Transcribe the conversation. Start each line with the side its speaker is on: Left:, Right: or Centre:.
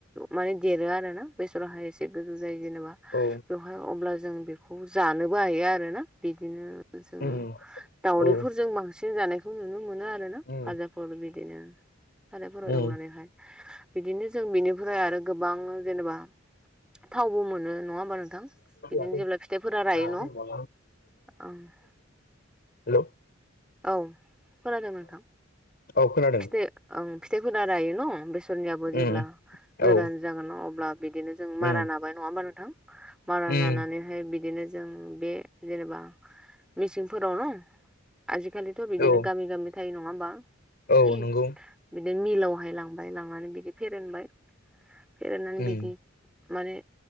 Centre: माने देरो आरो ना बेसराव हाय एसे एसे गोजौ जायो जेनेबा
Left: औ
Centre: बेवहाय अब्ला जों बेखौ जानोबो हायो आरो ना बिदिनो जोङो
Left: उम
Centre: दावउदैफोरजों
Left: औ
Centre: बांसिन जानायखौ नुनो मोनो आरो
Left: उम
Centre: फाजाफोर बिदिनो फाजाफोराव
Left: उम
Centre: एवनानैहाय बिदिनो जों बिनिफ्राय आरो गोबां जेनेबा थावबो मोन ओं नङा होमबा नोंथां बिदिनो
Left: औ
Centre: जेब्ला फिथाइफोरा रायो
Left: हेलौ
Centre: न' ओं। <inaudible>
Left: हेल'
Centre: औ खोनादों नोंथां
Left: औ खोनादों
Centre: फिथो ओं फिथाइफोरा रायो न' बेसरनियाबो जेब्ला
Left: उम
Centre: गोरान
Left: औ
Centre: जागोन न अब्ला बिदिनो जों मारा
Left: उम
Centre: नाबाय नङा हा नोंथां मारा
Left: उम
Centre: नानानै ओमफ्राय बिदिनो जों बे जेनेबा मिसिंफोरावनो आजिखालिथ' बिदिनो
Left: औ
Centre: गामि गामि थायो नङा होमबा
Left: औ
Centre: बिदिनो
Left: नंगौ
Centre: मिलावहाय लांबाय लांनानै बिदि फेरेनबाय फेरेननानै
Left: उम
Centre: बिदि माने